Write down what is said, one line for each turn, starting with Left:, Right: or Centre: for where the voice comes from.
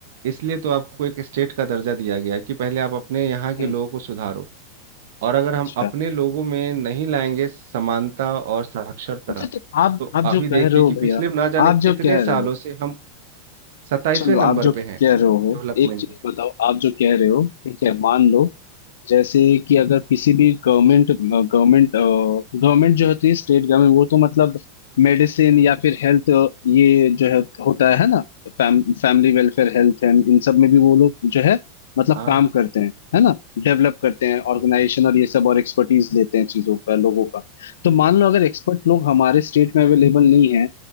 Right: इसलिए तो आपको एक स्टेट का दर्जा दिया गया है कि पहले आप अपने यहाँ के
Left: हम्म,
Right: लोगों को सुधारो और अगर
Left: अच्छा
Right: हम अपने लोगों में नहीं लाएंगे समानता और साक्षरता
Left: अच्छा तो आप
Right: तो
Left: आप
Right: अभी
Left: जो
Right: देखिए
Left: कह रहे हो
Right: कि पिछले
Left: भैया
Right: ना जाने
Left: आप
Right: कितने
Left: जो कह
Right: सालों
Left: रहे हो
Right: से हम 27वें
Left: चलो
Right: नंबर
Left: आप जो कह
Right: पे हैं डेवलपमेंट
Left: रहे हो एक चीज
Right: में
Left: बताओ आप जो कह रहे हो ठीक है मान लो जैसे कि अगर किसी भी गवर्नमेंट गवर्नमेंट गवर्नमेंट जो होती है स्टेट गवर्नमेंट वो तो मतलब मेडिसिन या फिर हेल्थ ये जो है होता है है ना फैम, फैमिली वेलफेयर हेल्थ है इन सब में भी वो लोग जो है मतलब
Right: हाँ
Left: काम
Right: हाँ
Left: करते हैं है ना डेवलप करते हैं
Right: बिल्कुल
Left: ऑर्गेनाइजेशन
Right: हाँ
Left: और ये सब और एक्सपर्टीज लेते हैं चीजों का लोगों का तो मान लो अगर एक्सपर्ट लोग हमारे स्टेट में अवेलेबल नहीं है